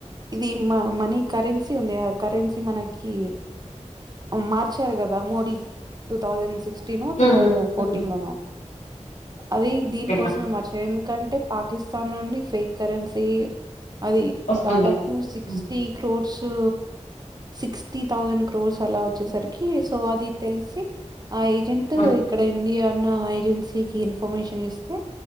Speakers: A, on the right; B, on the left.
A: ఇది మ మనీ కరెన్సీ ఉంది ఆ కరెన్సీ మనకి మార్చారు కదా మోడీ టూ థౌజండ్ సిక్స్టీనో two
B: um
A: thousand
B: um
A: fourteen లోనో అది దీనికోసమే
B: ఉమ్
A: మార్చాడు ఎందుకంటే పాకిస్తాన్ నుండి ఫేక్ కరెన్సీ అది
B: వస్తుంది
A: దాదాపు sixty
B: um
A: క్రోట్స్ so sixty thousand crores అలా వచ్చేసరికి సో అది తెలిసి ఆ ఏజెంట్
B: ఉమ్
A: ఇక్కడ ఇండియా అన్న ఏజెన్సీకి ఇన్ఫర్మేషన్ ఇస్తే